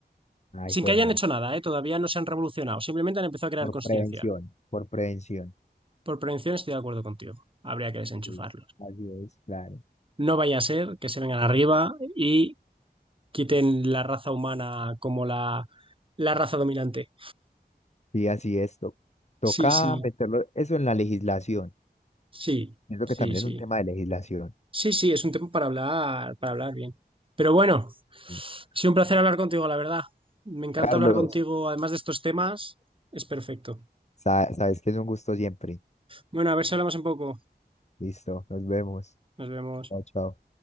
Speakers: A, on the left; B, on the right.
A: ay,
B: Sin
A: hijo
B: que
A: de
B: hayan
A: madre,
B: hecho nada, ¿eh? Todavía no se han revolucionado, simplemente han empezado a crear
A: por
B: conciencia.
A: prevención, por prevención.
B: Por prevención estoy de acuerdo contigo, habría que desenchufarlos.
A: Sí, así es, claro.
B: No vaya a ser que se vengan arriba y quiten la raza humana como la, la raza dominante.
A: Sí, así es. to- toca
B: Sí, sí,
A: meterlo eso en la legislación.
B: sí,
A: Siento
B: sí,
A: que también
B: sí.
A: es un tema de legislación.
B: Sí, sí, es un tema para hablar, para hablar bien. Pero bueno,
A: Sí.
B: ha sido un placer hablar contigo, la verdad. Me encanta
A: Carlos,
B: hablar contigo, además de estos temas, es perfecto.
A: sa- sabes que es un gusto siempre.
B: Bueno, a ver si hablamos un poco.
A: Listo, nos vemos.
B: Nos vemos.
A: Chao, chao.